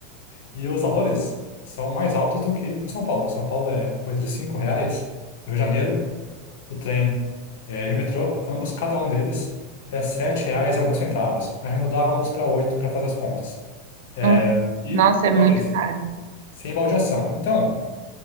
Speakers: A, on the left (about 65°); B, on the right (about 70°).
A: E os valores são mais altos do que em São Paulo. Em São Paulo é coisa de 5 reais. No Rio de Janeiro, o trem é, e o metrô, ambos, cada um deles, é 7 reais e alguns centavos. Arredondávamos para 8 para fazer as contas. É,
B: Aham.
A: e,
B: Nossa,
A: como
B: é muito
A: eu disse,
B: caro.
A: sem baldeação. Então,